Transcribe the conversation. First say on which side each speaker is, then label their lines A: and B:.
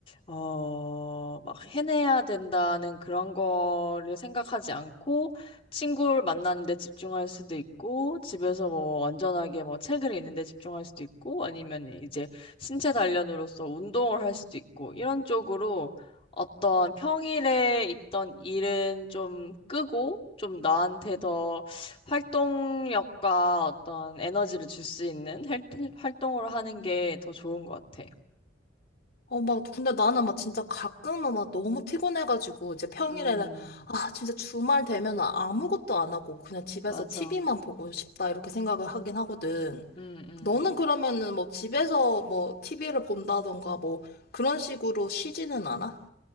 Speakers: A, on the left; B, on the left.
A: 어, 막 해내야 된다는 그런 거를 생각하지 않고 친구를 만나는데 집중할 수도 있고 집에서 뭐 완전하게 뭐 책을 읽는데 집중할 수도 있고 아니면 이제 신체 단련으로서 운동을 할 수도 있고 이런 쪽으로 어떤 평일에 있던 일은 좀 끄고 좀 나한테 더 활동력과 어떤 에너지를 줄 수 있는 활- 활동을 하는 게 더 좋은 것 같아.
B: 어, 막, 근데 나는 막 진짜 가끔은 막 너무 피곤해가지고, 이제 평일에는,
A: 음,
B: 아, 진짜 주말 되면 아무것도 안 하고, 그냥 집에서
A: 맞아.
B: TV만 보고 싶다, 이렇게 생각을 하긴 하거든.
A: 음, 음.
B: 너는 그러면은 뭐 집에서 뭐 TV를 본다던가 뭐 그런 식으로 쉬지는 않아?